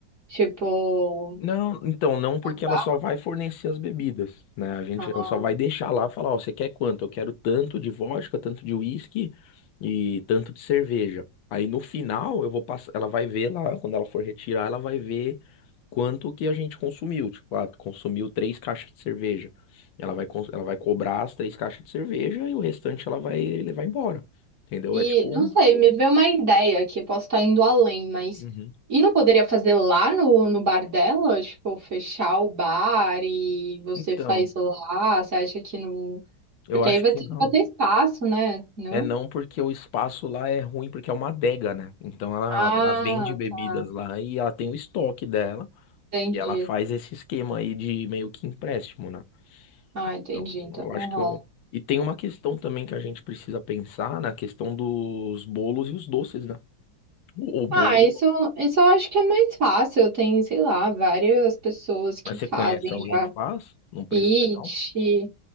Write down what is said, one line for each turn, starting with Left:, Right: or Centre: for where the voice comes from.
Right: Tipo,
Left: Não, então não, porque
Right: não dá?
Left: ela só vai fornecer as bebidas, né? A gente,
Right: Ah,
Left: ela só vai deixar lá, falar, ó, você quer quanto? Eu quero tanto de vodka, tanto de uísque e tanto de cerveja. Aí no final eu vou passar, ela vai ver lá, quando ela for retirar, ela vai ver quanto que a gente consumiu. Tipo, ah, consumiu três caixas de cerveja. Ela vai, cons- ela vai cobrar as três caixas de cerveja e o restante ela vai levar embora. Entendeu?
Right: E
Left: É tipo,
Right: não
Left: um-
Right: sei, me veio uma ideia que eu posso estar indo além, mas
Left: Uhum.
Right: e não poderia fazer lá no, no bar dela? Tipo, fechar o bar e você
Left: Então,
Right: faz lá, você acha que não.
Left: eu
Right: Porque
Left: acho
Right: aí vai
Left: que
Right: ter,
Left: não.
Right: vai ter espaço, né? Não?
Left: É não porque o espaço lá é ruim, porque é uma adega, né? Então ela,
Right: Ah,
Left: ela vende bebidas
Right: tá.
Left: lá e ela tem o estoque dela
Right: Entendi.
Left: e ela faz esse esquema aí de meio que empréstimo, né?
Right: Ah, entendi.
Left: Então
Right: Então
Left: eu
Right: não
Left: acho que
Right: rola.
Left: eu... E tem uma questão também que a gente precisa pensar na questão dos bolos e os doces, né? O, o bolo,
Right: Ah, isso, isso eu acho que é mais fácil. Tem, sei lá, várias pessoas que
Left: mas
Right: fazem
Left: você conhece alguém
Right: já
Left: que faz num preço
Right: kit.
Left: legal?